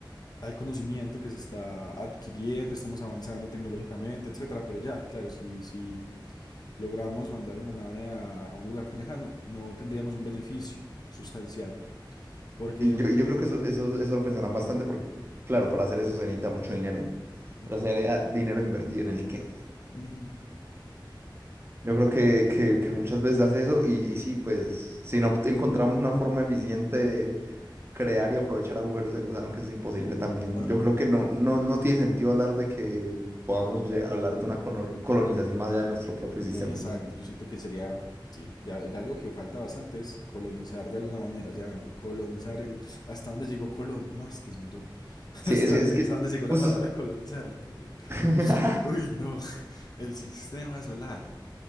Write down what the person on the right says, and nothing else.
Y yo, y yo creo que eso, eso, eso lo pensarán bastante porque, claro, para hacer eso se necesita mucho dinero.
Pero sería dinero invertido en el qué.
Yo creo que, que, que muchas veces hace eso y, y sí, pues si no encontramos una forma eficiente de crear y aprovechar agujeros de gusano, que eso es imposible también.
Yo creo que no, no, no tiene sentido hablar de que podamos lle- hablar de una colo- colonización más allá de nuestro propio sistema.
¿no?
Sí,
es que, es que
justo...
es-
<laughs>